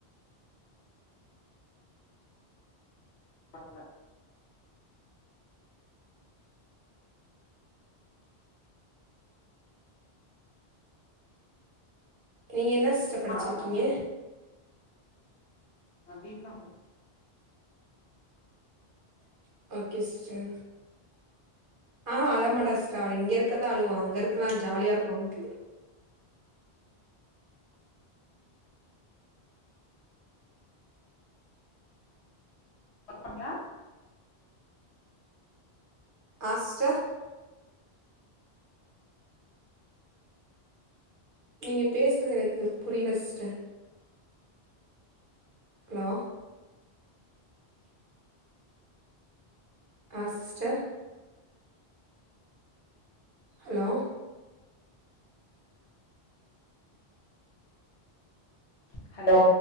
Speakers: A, on the left; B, on the right.
A: பாட் னர்
B: நீங்க என்ன சிஸ்டர் படிச்சிருக்கீங்க
A: ஆ தாங்க நா B com but
B: <inaudible> okay sister அ ஆ அழமாட்டா சிஸ்டர் அவ இங்க இருக்கதா அழுவா அங்க இருக்க ஜாலியா இருக்கோ அவனுக்கு
A: ஓர்க் பன்றியா
B: ஆ சிஸ்டர் நீங்க பேசுறது எனக்கு புரியல சிஸ்டர் ஹலோ ஆ சிஸ்டர் ஹலோ
A: ஹலோ